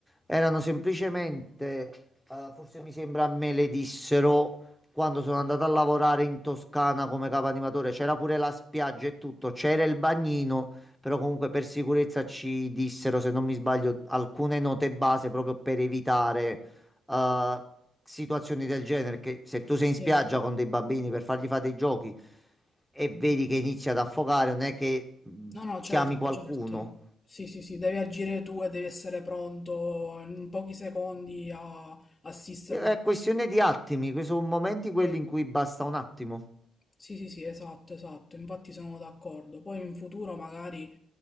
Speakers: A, in the centre; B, on the left.
A: Erano semplicemente, eh, forse mi sembra me le dissero quando sono andato a lavorare in Toscana come capo animatore, c'era pure la spiaggia e tutto, c'era il bagnino però comunque per sicurezza ci dissero, se non mi sbaglio, alcune note base proprio per evitare eh, situazioni del genere, che se tu sei in spiaggia
B: Sì.
A: con dei bambini per fargli fare dei giochi e vedi che inizia ad affogare, non è che mh,
B: No, no, certo,
A: chiami qualcuno.
B: certo. Sì, sì, sì, devi agire tu e devi essere pronto in pochi secondi a assisterlo.
A: È questione di attimi, que- sono momenti quelli
B: Sì,
A: in cui basta un attimo.
B: sì, sì, sì, esatto, esatto. Infatti sono d'accordo. Poi in futuro magari